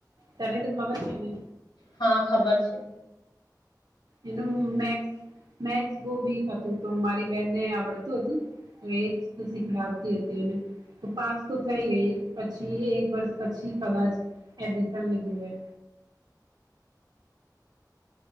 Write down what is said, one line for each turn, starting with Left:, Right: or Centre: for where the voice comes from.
Right: તને તો ખબર છે નને.
Left: હા ખબર છે.
Right: એનું મે મેક્ બ ભીક હતું તો મારી બેનને આવડતું હતું. તો એ જ તો શીખડાવતી હતી એને. તો પાસ તો થઈ ગઈ પછી એક વર્ષ પછી કદાચ એડમિશન લીધું હોય.